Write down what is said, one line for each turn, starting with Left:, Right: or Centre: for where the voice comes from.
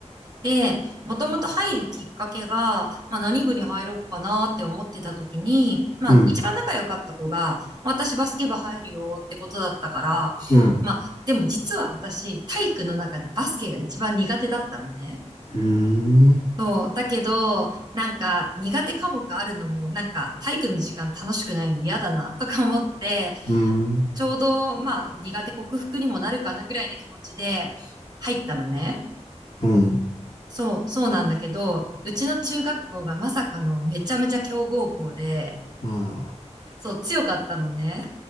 Right: で、もともと入るきっかけが、まあ何部に入ろうかなって思ってた時に、まあ一番仲良かった子が、
Left: うん。
Right: 私バスケ部入るよってことだったから、
Left: うん。
Right: まあでも実は私体育の中でバスケが一番苦手だったのね。
Left: うーん。
Right: そう。だけど、なんか苦手科目あるのも、なんか体育の時間楽しくないの嫌だなとか思って、
Left: うーん。
Right: ちょうど、まあ、苦手克服にもなるかなぐらいな気持ちで入ったのね。
Left: うん。
Right: そう、そうなんだけど、うちの中学校がまさかのめちゃめちゃ強豪校で、
Left: うん。
Right: そう、強かったのね。